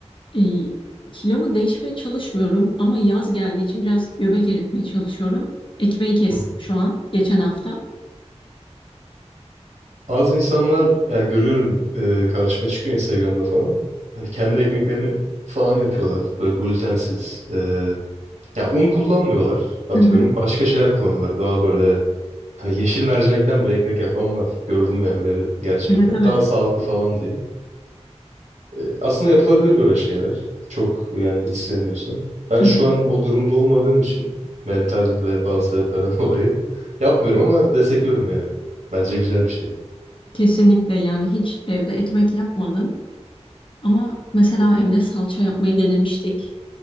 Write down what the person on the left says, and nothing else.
E, kilomu değişmeye çalışmıyorum ama yaz geldiği için biraz göbek eritmeye çalışıyorum. Ekmeği kestim
şu an geçen hafta.
Hı hı.
Evet evet.
Hı
hı.
Kesinlikle yani hiç evde ekmek yapmadım ama mesela evde salça yapmayı denemiştik.